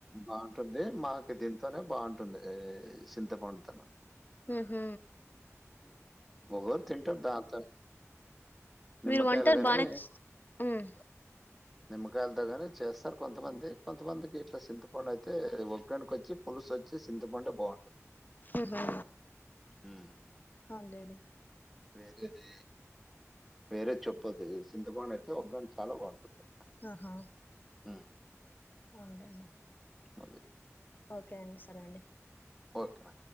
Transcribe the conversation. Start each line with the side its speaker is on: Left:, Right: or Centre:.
Centre: బావుంటుంది మాకు దీంతోనే బావుంటుంది ఇహ్ చింతపండుతొను.
Left: ఉమ్.
Centre: <unintelligible> తింటాం దాంతోనే. నిమ్మకాయలు
Left: మీరు వంటలు
Centre: గానీ.
Left: బానే ఉమ్
Centre: నిమ్మకాయలతో గాని చేస్తారు కొంతమంది కొంతమందికి ఇట్ల సింత. పండైతే ఒగ్గానీ కొచ్చి పులుసోచ్చి సింతపండే బావున్.
Left: ఉహు
Centre: హ్మ్.
Left: అవున్లేండీ.
Centre: వేరేది వేరే చెప్పద్దు ఈ చింతపండైతే ఒగ్గాని చాలా బావుంటుంది.
Left: ఆహా.
Centre: ఉమ్.
Left: అవున్లెండి.
Centre: అదే.
Left: ఓకే అండి సరే అండి.
Centre: ఓకే